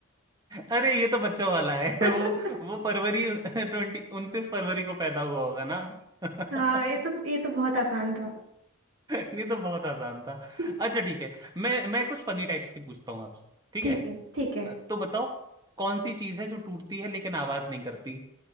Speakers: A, on the right; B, on the right.
A: अरे ये तो बच्चों वाला है
B: <laughs>
A: <laughs> वो वो फरवरी <laughs> ट्वेंटी उनतीस फरवरी को पैदा हुआ होगा ना <laughs>
B: हाँ ये तो ये तो बहुत आसान था
A: ये तो बहुत आसान था
B: <laughs>
A: अच्छा ठीक है मैं मैं कुछ फनी टाइप्स की पूछता हूँ आपसे ठीक
B: ठीक
A: है
B: है ठीक है
A: अ, तो बताओ कौन सी चीज है जो टूटती है लेकिन आवाज नहीं करती